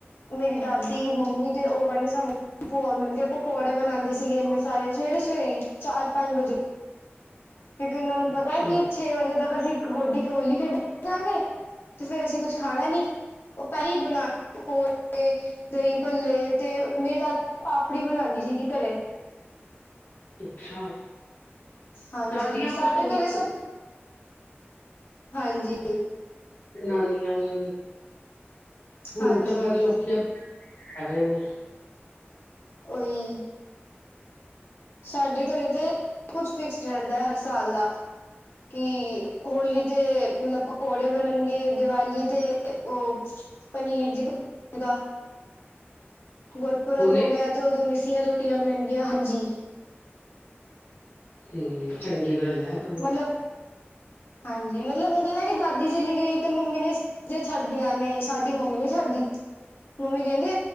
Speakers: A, on the left (about 65°); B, on the left (about 85°).
A: ਮੇਰੀ ਦਾਦੀ ਮੰਮੀ ਤੇ ਉਹ ਬਦੇ ਸਾਹਮਣੇ ਭੂਆ ਮਿਲਕੇ ਪਕੌੜੇ ਬਣਾਉਂਦੇ ਸੀਗੇ ਇੰਨੇ ਸਾਰੇ, ਸਵੇਰੇ ਸਵੇਰੇ ਹੀ ਚਾਰ ਪੰਜ ਵਜੇ ਕਿਉਂਕਿ ਉਹਨਾਂ ਨੂੰ
B: ਅੱਛਾ।
A: ਪਤਾ ਹੈ ਕਿ ਛੇ ਵਜੇ ਤੱਕ ਅਸੀਂ ਹੋਡੀ ਹੋਲੀ ਖੇਡ ਜਾਂਗੇ ਤੇ ਫੇਰ ਅਸੀਂ ਕੁਛ ਖਾਣਾ ਨੀ, ਉਹ ਪਹਿਲੀ ਬਣਾ ਕੇ ਪਕੌੜੇ ਦਹੀਂ ਭੱਲੇ ਤੇ ਮੇਰੀ ਦਾਦੀ ਪਾਪੜੀ ਬਣਾਉਂਦੀ ਸੀਗੀ ਘਰੇ
B: ਅੱਛਾ
A: ਹਾਂਜੀ
B: ਦਾਦੀਆਂ ਬਹੁਤ
A: ਸਾਡੇ
B: ਚੰਗੀਆਂ
A: ਘਰੇ ਸਭ ਹਾਂਜੀ
B: ਜਨਾਨੀਆਂ ਵੀ ਹੁਣ
A: ਹਾਂਜੀ
B: ਤਾਂ ਪਰ ਲੋਕੀ ਆਪਣੇ ਹੈਗੇ ਨੇ
A: ਉਹੀ ਸਾਡੇ ਘਰੇ ਤੇ ਕੁਛ ਫਿਕਸਡ ਰਹਿੰਦਾ, ਹਰ ਸਾਲ ਦਾ ਕੀ ਹੋਲੀ ਤੇ ਮਤਲਬ ਪਕੌੜੇ ਬਣਨਗੇ, ਦੀਵਾਲੀ ਤੇ ਉਹ ਪਨੀਰ ਜੀ ਕੋ ਗੁਰਪੁਰਬ
B: ਹੁਣੇ
A: ਹੋ ਗਿਆ
B: ਵੀ
A: ਤੇ ਉਦੋਂ ਮਿਸੀਆਂ ਰੋਟੀਆਂ ਬਣਣਗੀਆਂ ਹਾਂਜੀ
B: ਹਮ ਚੰਗੀ ਗੱਲ ਹੈ, ਐ ਤੇ ਬਹੁਤ
A: ਮਤਲਬ ਹਾਂਜੀ ਮਤਲਬ ਹੁਣ ਤਾਂ ਨਾ ਕਿ ਦਾਦੀ ਚਲੀ ਗਈ, ਤੇ ਮੰਮੀ ਨੇ ਜੇ ਛੱਡਦੀਆਂ ਨਹੀਂ, ਸਾਡੀ ਮੰਮੀ ਨਹੀਂ ਛੱਡਦੀ ਮੰਮੀ ਕਹਿੰਦੀ